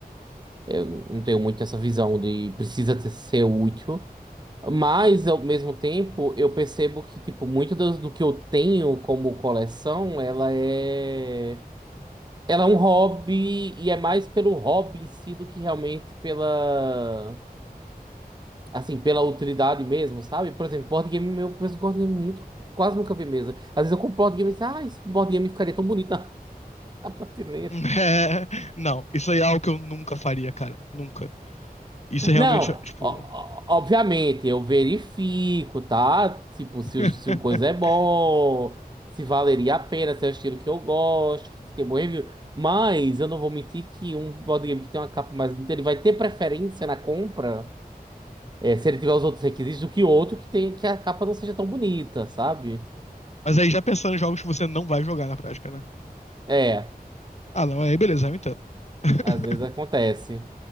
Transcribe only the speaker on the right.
Eu não tenho muito essa visão de precisa ter- ser útil. Mas, ao mesmo tempo, eu percebo que, tipo, muito do, do que eu tenho como coleção, ela é... Ela é um hobby e é mais pelo hobby em si do que realmente pela... Assim, pela utilidade mesmo, sabe? Por exemplo, board game, eu penso em board game muito, quase nunca vi mesa. Às vezes eu compro board game e penso, ah, esse board game ficaria tão bonito <laughs> na, na prateleira.
Não,
o- o- obviamente, eu verifico, tá? Tipo, se,
o- se o coisa é bom, se valeria a pena, se é o estilo que eu gosto, se tem bom review. Mas eu não vou mentir que um board game que tem uma capa mais bonita, ele vai ter preferência na compra, eh, se ele tiver os outros requisitos, do que outro que tem que a capa não seja tão bonita, sabe?
É.
Às vezes acontece,